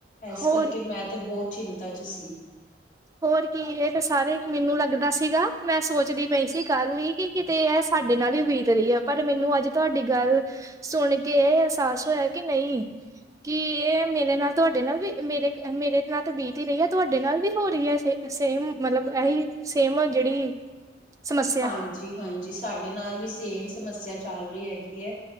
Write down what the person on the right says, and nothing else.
ਹੋਰ
ਹੋਰ ਕੀ ਇਹ ਤੇ ਸਾਰੇ ਮੈਨੂੰ ਲੱਗਦਾ ਸੀਗਾ ਮੈਂ ਸੋਚਦੀ ਪਈ ਸੀ ਕੱਲ ਈ, ਕਿਤੇ ਇਹ ਸਾਡੇ ਨਾਲ ਈ ਬੀਤ ਰਹੀ ਐ ਪਰ ਮੈਨੂੰ ਅੱਜ ਤੁਹਾਡੀ ਗੱਲ! ਸੁਣ ਕੇ ਏ ਅਹਿਸਾਸ ਹੋਇਆ ਕਿ ਨਹੀਂ। ਕੀ ਇਹ ਮੇਰੇ ਨਾਲ ਤੁਹਾਡੇ ਨਾਲ ਵੀ ਮੇਰੇ ਮੇਰੇ ਨਾਲ ਤੇ ਬੀਤ ਈ ਰਹੀ ਆ ਤੁਹਾਡੇ ਨਾਲ ਵੀ ਪੂਰੀ ਐ ਸੇ ਸੇਮ ਮਤਲਬ ਇਹੀ ਸੇਮ ਜਿਹੜੀ! ਸਮੱਸਿਆ।